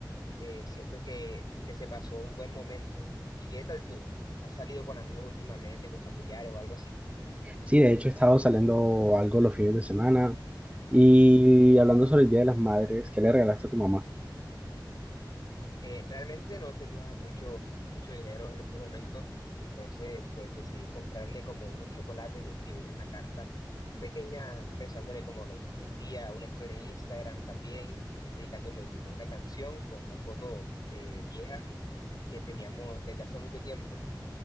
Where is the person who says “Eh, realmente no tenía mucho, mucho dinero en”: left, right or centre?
Left